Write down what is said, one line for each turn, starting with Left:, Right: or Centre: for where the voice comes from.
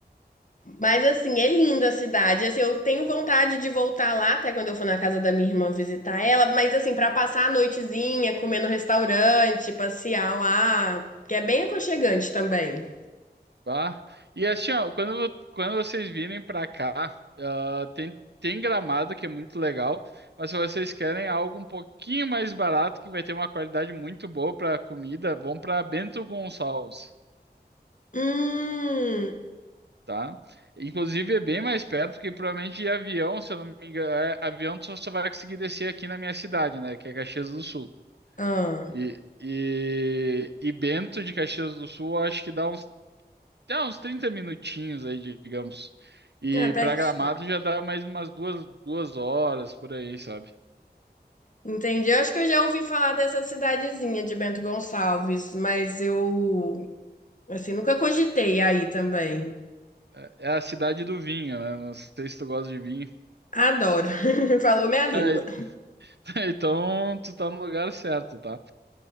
Left: Mas assim, é linda a cidade. Assim, eu tenho vontade de voltar lá até quando eu for na casa da minha irmã visitar ela, mas assim, pra passar a noitezinha, comer no restaurante, passear lá, que é bem aconchegante também.
Right: Tá? E assim, ó, quando, vo- quando vocês virem pra cá, ah, tem, tem Gramado, que é muito legal, mas se vocês querem algo um pouquinho mais barato, que vai ter uma qualidade muito boa pra comida, vão pra Bento Gonçalves.
Left: Hum.
Right: tá? Inclusive é bem mais perto que provavelmente de avião, se eu não me engano, é, avião tu só só vai conseguir descer aqui na minha cidade, né? Que é Caxias do Sul.
Left: Ah,
Right: E, e, e Bento de Caxias do Sul eu acho que dá uns, dá uns 30 minutinhos aí, digamos. E
Left: é
Right: para
Left: pertinho.
Right: Gramado já dá mais umas duas, duas horas por aí, sabe?
Left: Entendi. Eu acho que eu já ouvi falar dessa cidadezinha de Bento Gonçalves, mas eu assim, nunca cogitei aí também.
Right: É é a cidade do vinho, né? Não sei se tu gosta de vinho.
Left: Adoro. <laughs> Falou minha língua.
Right: É, <laughs> então tu tá no lugar certo, tá?